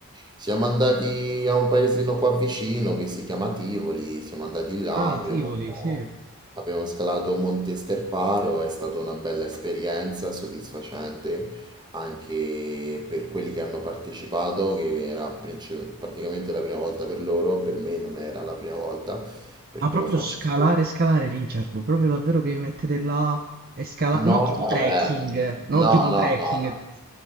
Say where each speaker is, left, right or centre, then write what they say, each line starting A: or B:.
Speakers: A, on the right; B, on the right.
A: Siamo andati a un paesino qua vicino che si chiama Tivoli, siamo andati là,
B: Ah,
A: abbiamo,
B: Tivoli, sì. Ma
A: abbiamo scalato Monte Sterparo, è stata una bella esperienza, soddisfacente anche per quelli che hanno partecipato, che era princi- praticamente la prima volta per loro, per me non era la prima volta perché
B: proprio
A: lo faccio
B: scalare,
A: spesso.
B: scalare, Richard. Proprio davvero che vi mettete là e scalare.
A: No,
B: Non tipo
A: vabbè,
B: trekking, non
A: no,
B: tipo
A: no,
B: trekking.
A: no, no.